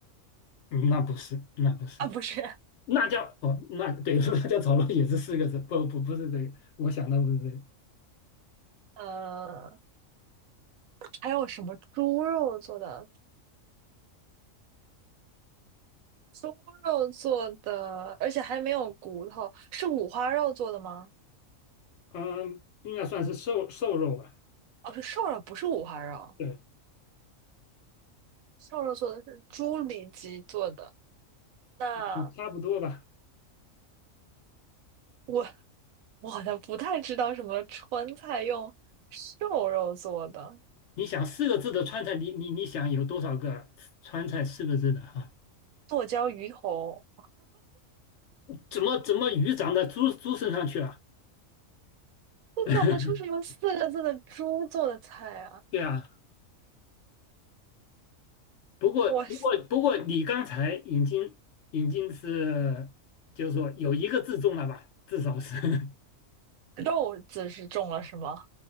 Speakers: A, on the left; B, on the right.
A: 嗯，那不是，那不是。
B: 啊，不是，
A: 辣椒哦，那对，<laughs> 辣椒炒肉也是四个字，不不不是这个，我想的不是这个，
B: 呃，还有什么猪肉做的？猪肉做的，而且还没有骨头，是五花肉做的吗？
A: 嗯，应该算是瘦瘦肉吧，
B: 哦，是瘦肉，不是五花肉，
A: 对，
B: 瘦肉做的是猪里脊做的。那。
A: 嗯差不多吧。
B: 我。我好像不太知道什么川菜用瘦肉做的
A: 你想四个字的川菜，你你你想有多少个川菜四个字的哈、
B: 剁椒鱼头，
A: 怎么怎么鱼长到猪猪身上去了？
B: 我想不出什么四个字的猪做的菜啊。
A: <laughs> 对啊，不过不过不过你刚才已经已经是就是说有一个字中了吧，
B: 我
A: 至少是 <laughs>
B: 肉字是中了是吗？